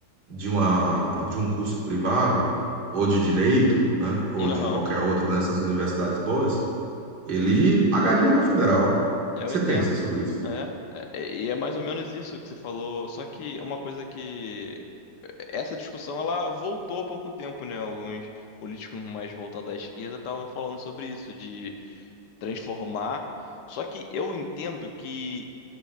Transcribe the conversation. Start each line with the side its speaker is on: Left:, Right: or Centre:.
Right: de, uma, de um curso privado, ou de direito, né? Ou
Left: aham.
Right: de qualquer outro nessas universidades boas, ele pagaria na federal. O
Left: É, Eu
Right: que você
Left: entendo.
Right: pensa sobre isso?
Left: É, é, é, e é mais ou menos isso que você falou. Só que uma coisa que. Essa discussão ela voltou há pouco tempo, né? Alguns políticos mais voltados à esquerda estavam falando sobre isso, de transformar. Só que eu entendo que